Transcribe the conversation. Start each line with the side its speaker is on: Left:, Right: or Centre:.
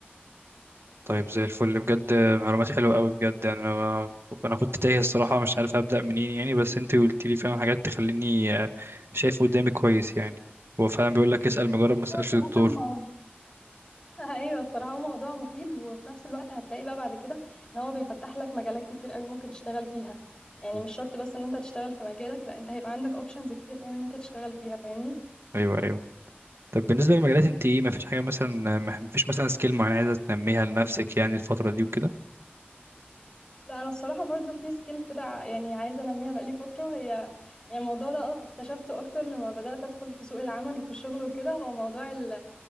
Right: طيب زي الفل بجد معلومات حلوه قوي بجد يعني انا انا كنت تايه الصراحه مش عارف ابدا منين يعني بس انت قلت لي فعلا حاجات تخليني آه، شايف قدامي كويس يعني هو فعلا بيقول لك اسال مجرب ما اسالش
Left: هو صراحة
Right: دكتور
Left: ما <laughs> ايوه الصراحه هو موضوع مفيد وفي نفس الوقت هتلاقي بقى بعد كده ان هو بيفتح لك مجالات كتير قوي ممكن تشتغل فيها يعني
Right: مم.
Left: مش شرط بس ان انت تشتغل في مجالك لا انت هيبقى عندك اوبشنز كتير قوي ان انت تشتغل فيها فاهمني
Right: ايوه ايوه طب بالنسبه للمجالات انت ايه ما فيش حاجه مثلا ما فيش مثلا سكيل معينه عايزه تنميها لنفسك يعني الفتره دي وكده
Left: لا انا الصراحه برضو في سكيل كده ع- يعني عايزه انميها بقالي فتره هي يعني الموضوع ده أك- اكتشفته اكتر لما بدات ادخل في سوق العمل وفي الشغل وكده هو موضوع ال...